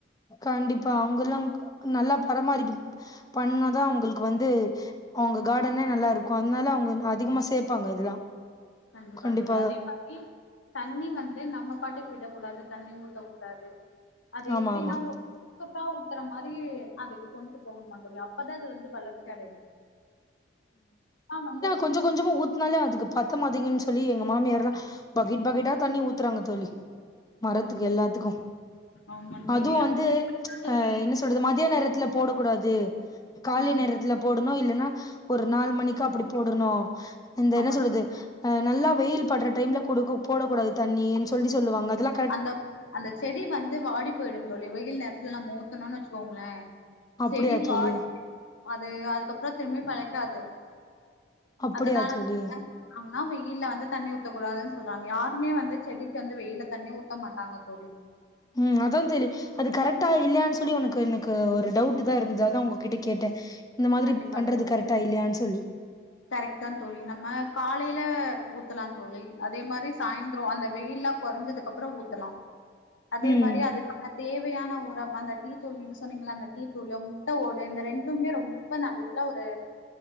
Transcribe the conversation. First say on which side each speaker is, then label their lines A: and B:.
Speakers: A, on the left (about 20°); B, on the left (about 85°).
A: கண்டிப்பா அவுங்கல்லா நல்லா பராமரிப்பு பண்ணாதா அவுங்களுக்கு வந்து அவுங்க கார்டனே நல்லா இருக்கு அதனால அவுங்க அதிகமா சேப்பாங்க இதெல்லா
B: கண்டிப்பா
A: கண்டிப்பாக
B: தோழி அதே தண்ணி வந்து நம்ம பாட்டுக்கு விடக்கூடாது தண்ணி ஊத்தக் கூடாது அது
A: ஆமா
B: எப்டின்னா
A: ஆமா
B: சொட்டு சொட்டா உத்துற மாதிரி அதுக்கு கொண்டு போணுமா தோழி அப்பதா அது வந்து வந்து வளர்ச்சி அடையு ஆ வந்து
A: கொஞ்சோ கொஞ்சோமா ஊத்னாலே அதுக்கு பத்த மாடேங்குனு சொல்லி எங்க மாமியார்லா பக்கெட் பக்கெட்டா தண்ணி ஊத்துறாங்க தோழி மரத்துக்கு எல்லாத்துக்கு
B: ஆமா தோழி
A: அதுவு வந்து
B: ஆனா தோழி
A: அ என்ன சொ ல்றது மதிய நேரத்துல போடக் கூடாது காலை
B: ம்
A: நேரத்துல போடணு இல்லன்னா ஒரு நாலு மணிக்கா அப்டி போடணு இந்த
B: ஆமா
A: என்ன சொல்றது
B: தோழி
A: நல்லா வெயில் பட்ற டைம்ல கொடுக்க போடக் கூடாது தண்ணி சொல்லி சொல்லுவாங்க அதுல்லா
B: அந்தப் அந்த செடி வந்து வாடி போயடு தோழி வெயில் நேரத்துல நம்ம ஊத்தணோம்னு வெச்சுக்கோங்களே
A: அப்டியா
B: செடி
A: தோழி
B: வாடி அது அதுக்கப்றோ திரும்பியு பிழைக்காது
A: அப்டியா
B: அதனால
A: தோழி
B: அ <unintelligible> னா வெயில்ல வந்து தண்ணி ஊத்தக்க கூடாதுன்னு சொல்றாங்க யாருமே வந்து செடிக்கு வந்து வெயில்ல தண்ணி ஊத்த மாட்டாங்க தோழி
A: ம் அதாந் தோழி அது கரெக்ட்டா இல்லயானு சொல்லி உனக்கு எனக்கு ஒரு டவுட் தா இருந்தது அதா உங்ககிட்ட கேட்டே இந்த மாதிரி
B: கண்டிப்பா
A: பண்றது
B: தோழி
A: கரெக்டா இல்லயானு சொல்லி
B: கரெக்ட் தா தோழி நம்ம காலைல ஊத்தலா தோழி அதே மாரி சாயந்தரோ அந்த வெயில்ல குறைஞ்சதுக்கப்றோ ஊத்தலாம் அதே
A: ம்
B: மாரி அது தேவையான உரம் அந்த டீ தூள் நீங்க சொன்னீங்கள அந்த டீ தூள் முட்ட ஓடு இந்த ரெண்டுமே ரொம் ப நல்ல ஒரு